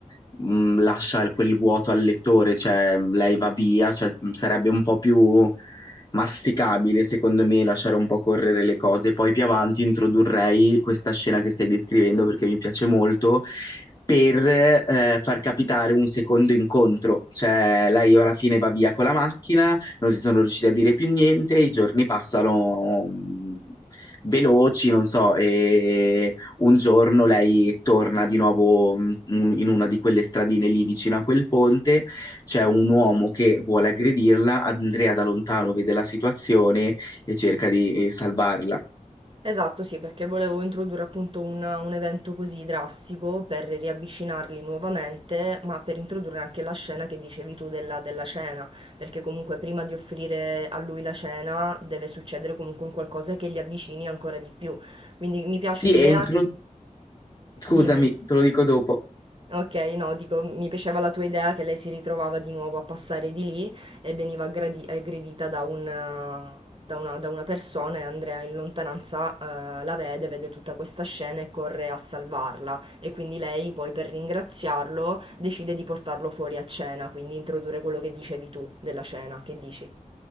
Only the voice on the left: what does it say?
mh, lascia quel vuoto al lettore, cioè mh, lei va via, cioè, mh, sarebbe un po' più masticabile secondo me lasciare un po' correre le cose. Poi più avanti introdurrei questa scena che stai descrivendo perché mi piace molto per eh, far capitare un secondo incontro, cioè lei alla fine va via con la macchina non si sono riusciti a dire più niente, i giorni passano mh, veloci, non so, e un giorno lei torna di nuovo mh, in una di quelle stradine lì vicino a quel ponte, c'è un uomo che vuole aggredirla, Andrea da lontano vede la situazione e cerca di eh, salvarla.
Sì,
e intro- scusami,
te lo dico dopo.